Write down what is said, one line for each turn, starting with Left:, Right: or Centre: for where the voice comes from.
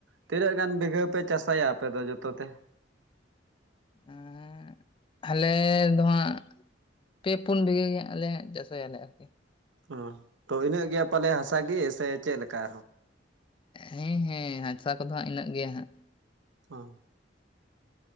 Right: ᱛᱤᱱᱟᱹᱜ ᱜᱟᱱ ᱵᱤᱜᱷᱟᱹ ᱯᱮ ᱪᱟᱥᱟᱭᱟ ᱟᱯᱮ ᱫᱚ ᱡᱚᱛᱚ ᱛᱮ
Left: ᱟᱸᱻ ᱟᱞᱮ ᱫᱚ ᱦᱟᱜ ᱯᱮ ᱯᱩᱱ ᱵᱤᱜᱷᱽᱟᱹ ᱜᱮ ᱟᱞᱮ ᱪᱟᱥᱚᱭᱟᱞᱮ᱾ ᱟᱨᱠᱤ
Right: ᱚ ᱛᱚ ᱤᱱᱟᱹᱜ ᱜᱮᱭᱟ᱾ ᱯᱟᱞᱮ ᱦᱟᱥᱟ ᱜᱮ ᱥᱮ ᱪᱮᱞᱮᱠᱟ?
Left: ᱦᱮᱸ- ᱦᱮᱸ ᱦᱟᱥᱟ ᱠᱚᱼᱫᱚ ᱦᱟᱸᱜ ᱤᱱᱟᱹᱜ ᱜᱮᱭᱟ ᱦᱟᱸᱜ᱾
Right: ᱦᱚᱸ᱾